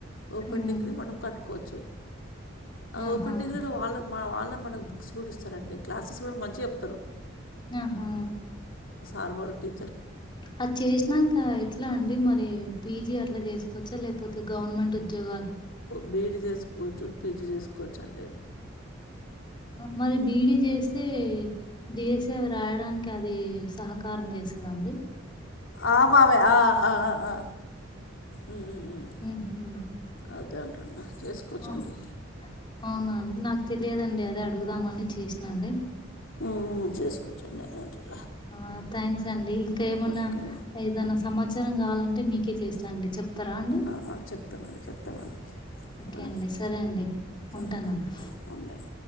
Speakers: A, on the left; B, on the left.
A: ఓపెన్
B: హ్మ్
A: డిగ్రీ మనం కట్టు కొవచ్చు అ
B: ఆహా
A: ఓపెన్ డిగ్రీ లొ వాళ్ళ మా వాళ్లు మనకు బుక్సకూడాఇస్తారండి క్లాసెస్ కూడా మంచిగ చెప్తారు
B: ఆహా
A: ఆరవోల్తి
B: అది చేసినాంక ఎట్లా అండి మరి పీ జీ అట్లా చేసుకోవచ్చా లేకపోతే గవర్నమెంట్ ఉద్యోగాలు
A: బీ ఈ డి చేసు కొజు పి జి చేసుకోవచ్చండి
B: మరి బీ ఈ డి చేస్తే డి ఎస్ సి అవి రాయడానికి అది సహకారం చేస్ కదా అండి
A: ఆ బాబయ్ ఆ ఆ ఆ ఉమ్, ఉమ్, ఉమ్.
B: ఊహూ
A: అదే అంటున్నా చేసుకోవచ్చండి
B: ఆహ్ అవునా నాకు తెలియదండి అదే అడుగుదామని చేసినా అండి
A: ఆ ఆ చేసుకోవచ్చండి అదా <inaudible>
B: ఆ థ్యాంక్స్ అండి ఇంకా ఏమన్నా
A: ఓకే
B: ఏదనా సమాచారం కావాలం టే మీకే చేస్తా అండి చెప్ తారా అండి
A: ఆ, ఆ, చెప్తామండి చెప్తామండి
B: ఓకే
A: ఆ,
B: అండి సరే అండి
A: సరే
B: ఉంటానండి
A: ఆ, ఉండండి